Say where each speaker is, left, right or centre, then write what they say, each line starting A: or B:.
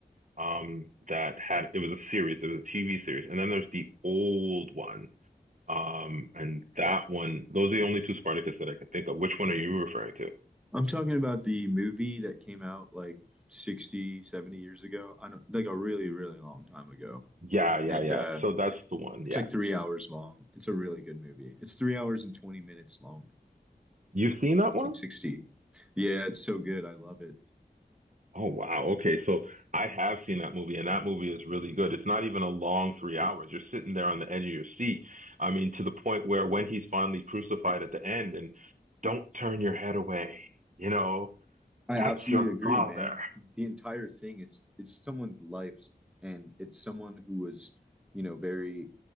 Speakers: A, on the right; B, in the centre.
A: um that had it was a series, it was a TV series, and then there's the old one. Um, and that one, those are the only two Spartacus that I can think of. Which one are you referring to?
B: I'm talking about the movie that came out like 60, 70 years ago. I don't like a really, really long time ago.
A: Yeah, yeah,
B: And
A: yeah.
B: uh
A: So that's the one.
B: it's
A: Yeah.
B: like three hours long. It's a really good movie. It's three hours and 20 minutes long. And it came out in
A: You've seen that
B: 1960.
A: one?
B: Yeah, it's so good. I love it.
A: Oh wow. Okay. So I have seen that movie and that movie is really good. It's not even a long three hours. You're sitting there on the edge of your seat. I mean, to the point where when he's finally crucified at the end and don't turn your head away, you know,
B: I
A: that's
B: absolutely
A: your
B: agree,
A: father.
B: man. The entire thing is it's someone's life and it's someone who was, you know, very